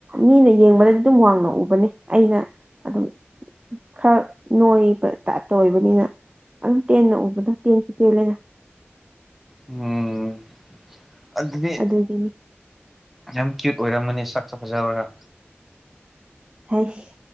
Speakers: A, on the right (about 25°); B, in the centre.
A: ꯃꯤꯅ ꯌꯦꯡꯕꯗꯗꯤ ꯑꯗꯨꯝ ꯋꯥꯡꯅ ꯎꯕꯅꯦ ꯑꯩꯅ ꯑꯗꯨꯝ ꯈꯔ ꯅꯣꯏꯕ ꯇꯣꯏꯞꯇ ꯑꯣꯏꯕꯅꯤꯅ ꯑꯗꯨ ꯇꯦꯟꯅ ꯎꯕꯗꯣ ꯇꯦꯟꯁꯨ ꯇꯦꯜꯂꯦꯅ
B: ꯎꯝ ꯑꯗꯨꯗꯤ
A: ꯑꯗꯨꯒꯤꯅꯤ
B: ꯌꯥꯝ ꯀ꯭ꯌꯨꯠ ꯑꯣꯏꯔꯝꯒꯅꯤ ꯁꯛꯁꯨ ꯐꯖꯕ꯭ꯔ
A: ꯍꯩꯁ